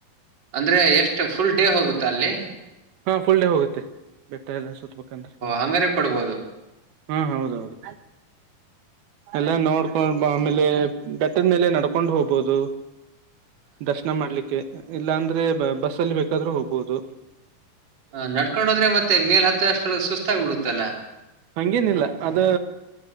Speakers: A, on the right; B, on the right.
A: ಅಂದ್ರೆ ಎಷ್ಟು ಫುಲ್ ಡೇ ಹೋಗುತ್ತ ಅಲ್ಲಿ.
B: ಹಾ ಫುಲ್ ಡೇ ಹೋಗುತ್ತೆ ಬೆಟ್ಟ ಎಲ್ಲ ಸುತ್ಬೇಕಂದ್ರೆ.
A: ಹಂಗಾರೆ ಕೊಡ್ಬೋದು.
B: ಹ್ಮ ಹೌದೌದು. ಎಲ್ಲ ನೋಡ್ಕೊಂಡ್ ಆಮೇಲೆ- ಬೆಟ್ಟದ ಮೇಲೆ ನಡ್ಕೊಂಡು ಹೋಗ್ಬೋುದು, ದರ್ಶನ ಮಾಡ್ಲಿಕ್ಕೆ. ಇಲ್ಲಾಂದ್ರೆ ಬಸ್ಸಲ್ಲಿ ಬೇಕಾದ್ರೂ ಹೋಗ್ಬಹುದು.
A: ಹ ನಡ್ಕೊಂಡು ಹೊದ್ರೆ ಮತ್ತೆ ಮೇಲೆ ಹತ್ತೋಷ್ಟರಲ್ಲಿ ಸುಸ್ತಾಗ್ ಬಿಡುತ್ತಲ್ಲಾ.
B: ಹಂಗೇನಿಲ್ಲ ಅದು